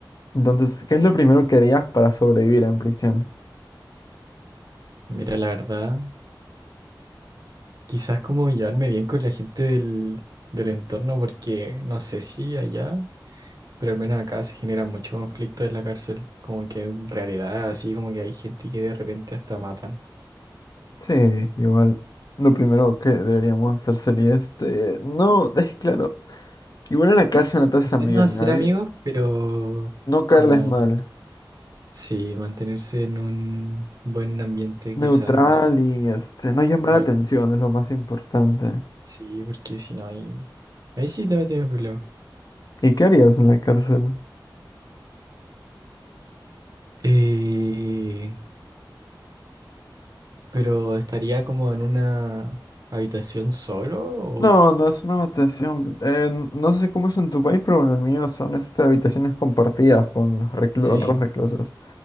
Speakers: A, on the left; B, on the right.
A: Entonces, ¿qué es lo primero que harías para sobrevivir en prisión?
B: Mira, la verdad, quizás como llevarme bien con la gente del, del entorno, porque no sé si allá, pero al menos acá se genera mucho conflicto en la cárcel. Como que en realidad, así como que hay gente que de repente hasta matan.
A: Sí, igual. Lo primero que deberíamos hacer sería este. No, es claro. Igual en la cárcel no te haces
B: Quizás
A: amigo
B: no hacer
A: de nadie.
B: amigos, pero
A: No caerles
B: como
A: mal.
B: sí, mantenerse en un buen ambiente
A: Neutral
B: quizás, o sea,
A: y este. No llamar
B: otra-
A: la atención es lo más importante.
B: sí, porque si no hay, ahí ahí sí también tengo problemas.
A: ¿Y qué harías en la cárcel?
B: Eh, pero estaría como en una habitación solo o
A: No, no es una habitación. eh, no sé cómo es en tu país, pero en el mío son este, habitaciones compartidas con los reclu-
B: sí,
A: otros reclusos.